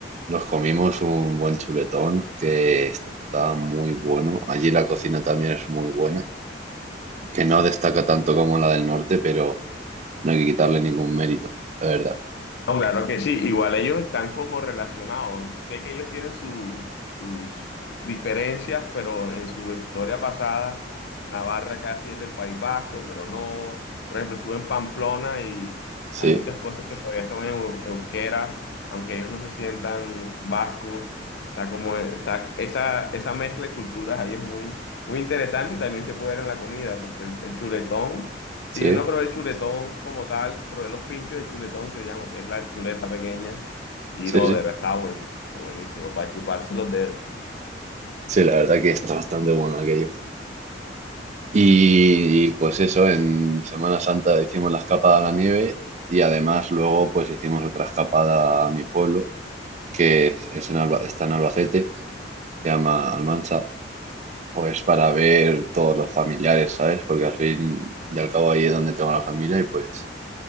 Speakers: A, on the right; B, on the left.
A: nos comimos un buen chuletón que está muy bueno. Allí la cocina también es muy buena, que no destaca tanto como la del norte, pero no hay que quitarle ningún mérito, la verdad.
B: No, claro que sí, igual ellos están como relacionados. Sé que ellos tienen su- sus diferencias, pero en su historia pasada, Navarra casi es del País Vasco, pero no. Por ejemplo, estuve en Pamplona y
A: Sí,
B: hay muchas cosas que todavía son eu- euskera, aunque ellos no se sientan vascos. Está como, está, esa, esa mezcla de culturas ahí es muy, muy interesante y también se puede ver en la comida, porque el, el chuletón.
A: sí,
B: Si bien no probé el chuletón como tal, probé los pinchos de chuletón, que digamos que es la chuleta pequeña, y
A: sí,
B: no,
A: sí.
B: de verdad estaba buenísimo, buenísimo, para chuparse los dedos.
A: Sí, la verdad que está bastante bueno aquello. Y,
B: Sí.
A: y, pues eso, en Semana Santa hicimos la escapada a la nieve y además luego pues hicimos otra escapada a mi pueblo, que es, es en Alba- está en Albacete, se llama Almansa, pues para ver todos los familiares, ¿sabes? Porque al fin y al cabo ahí es donde tengo la familia y pues